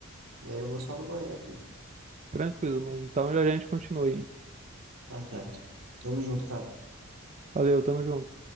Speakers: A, on the right (about 75°); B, on the right (about 30°).
A: E aí eu vou só no banheiro aqui.
B: Tranquilo, mano. Então já a gente continua aí.
A: Tá certo. Tamo junto, cara.
B: Valeu, tamo junto.